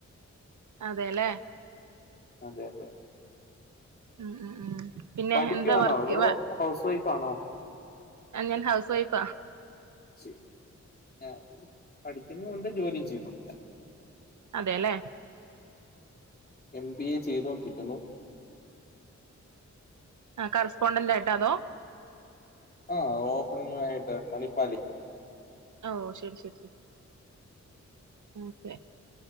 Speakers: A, on the right (about 80°); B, on the left (about 35°).
A: അതെല്ലേ
B: അതെ അതെ
A: ഉം ഉം ഉം പിന്നെ
B: പഠികാണോ
A: എന്താ വർക്ക്
B: അതോ ഹൗസ് വൈഫ് ആണോ?
A: അല്ല ഹൗസ് വൈഫാ.
B: ശെരി ഏ പഠിക്കുന്നുണ്ട് ജോലിം ചെയുന്നുണ്ട്
A: അതെലേ
B: എംബിഎ ചെയ്ത് കൊണ്ടിരിക്കുന്നു
A: കറസ്പോണ്ടന്റ് ആയിട്ടോ അതോ
B: അ ഓപ്പണിങ് ആയിട്ട് മണിപ്പാലി
A: ഓ ശരി ശരി അതെ